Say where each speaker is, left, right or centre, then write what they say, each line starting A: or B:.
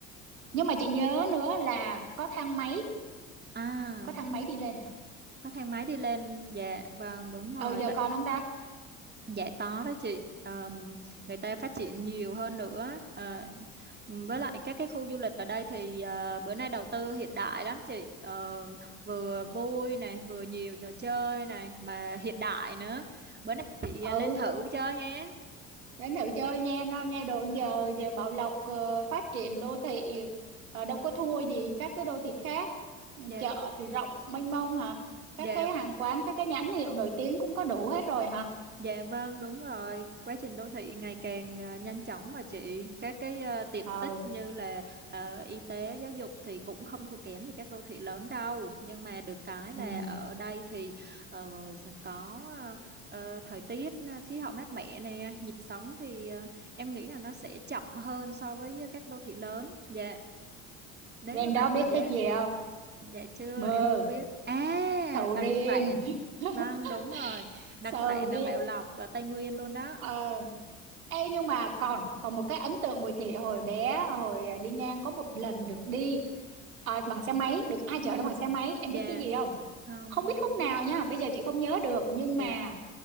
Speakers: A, on the right; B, on the right.
A: nhưng mà chị nhớ nữa là có thang máy
B: à
A: có thang máy đi lên hả
B: có thang máy đi lên dạ vâng đúng rồi
A: ừ giờ
B: tại
A: còn không ta
B: dạ có đó chị Ờm, người ta phát triển nhiều hơn nữa Ờ, với lại các cái khu du lịch ở đây thì ờ, bữa nay đầu tư hiện đại lắm chị Ờ, vừa vui này vừa nhiều trò chơi này mà hiện đại nữa bữa nào chị
A: ừ
B: lên thử chơi nhé
A: Đấy nữ chơi nghe nó nghe đồn giờ giờ Bảo Lộc ờ, phát triển đô thị ờ, đâu có thua gì các cái đô thị khác
B: dạ
A: chợ thì rộng mênh mông hả
B: dạ
A: các cái hàng quán các cái nhãn hiệu nổi tiếng cũng có đủ hết rồi hả
B: Dạ vâng, đúng rồi. Quá trình đô thị ngày càng à, nhanh chóng mà chị. Các cái à, tiện
A: ờ
B: ích như là ờ, y tế, giáo dục thì cũng không thua kém gì các đô thị lớn đâu. Nhưng mà được cái là
A: ừ
B: ở đây thì ờ, có ờ, thời tiết à, khí hậu mát mẻ nè, nhịp sống thì à, em nghĩ là nó sẽ chậm hơn so với các đô thị lớn. Dạ. Nếu
A: lên
B: như mà
A: đó biết
B: dạ
A: thích gì không
B: dạ chưa
A: bơ
B: em không biết. À,
A: sầu
B: đặc
A: riêng
B: sản.
A: <laughs>
B: Vâng, đúng rồi. Đặc
A: sầu
B: sản là
A: riêng
B: Bảo Lộc ở Tây Nguyên luôn đó.
A: ờ ê nhưng mà còn còn một cái ấn tượng của chị hồi bé hồi đi ngang có một lần được đi ờ, bằng xe máy được ai
B: Ừ,
A: chở đó bằng xe máy em
B: dạ,
A: biết cái gì không
B: không,
A: không
B: em
A: biết
B: không
A: khúc
B: biết.
A: nào nha bây giờ chị không nhớ được nhưng
B: Dạ.
A: mà